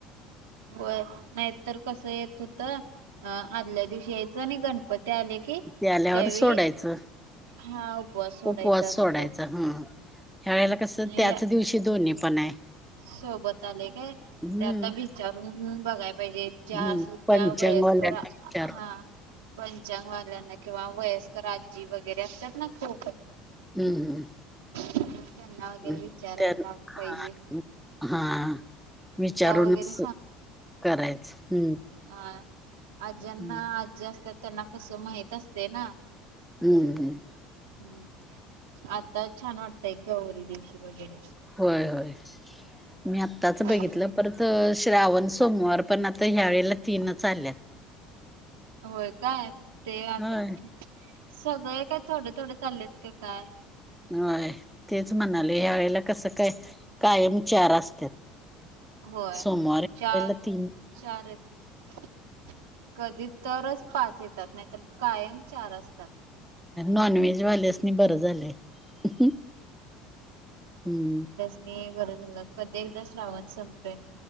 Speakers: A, on the right (about 80°); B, in the centre.
A: होय नाही तरर कसं येत होत अ आदल्या दिवशी यायचं आणि गणपती आले की कि
B: ते आल्यावर
A: त्यावेळी
B: सोडायचं
A: हा उपवास सोडायचा
B: उपवास
A: असतो.
B: सोडायचा ह ह्या वळेला कसं त्याच
A: या
B: दिवशी दोन्ही पण आहे.
A: सोबत आले काय ते
B: हम्म
A: आता विचारून बघाय पाहिजे
B: हम्म
A: ज्या ज्या
B: पंचांगवाल्यांना
A: वयस्कर हा
B: विचारून
A: पंचांगवाल्यांना किंवा वयस्कर आजी वगैरे असतात ना खूप
B: हम्म
A: तर त्यांना वगैरे
B: हम्म्
A: विचारायला
B: त्या
A: पाहिजे
B: हा हा विचारूनच
A: त्या वगैरे
B: करायच हम्म
A: आ आज्यांना
B: हम्म
A: आजी असतात त्यांना कस माहित असते ना.
B: हम्म हम
A: हम्म आता छान वाटतय गौरी दिवशी वगैर
B: होय होय मी आत्ताच
A: हम्म
B: बघितलं परत तर श्रावण सोमवार पण आता ह्या वेळेला तीनच आल्यात
A: होय काय ते आता
B: होय
A: सगळे काय थोडे थोडे चाललेत की काय.
B: हय तेच म्हणाले ह्या वेळेला कसं काय कायम चार असतात.
A: होय
B: सोमवार
A: चार
B: ला तीन
A: चार येत कधी तरच पाच येतात नाहीतर कायम चार असतात.
B: नॉन व्हेज वाल्यासनी बरं झालं हम्म.
A: ते एक बरं झालं कधी एकदा श्रावण संपतोय.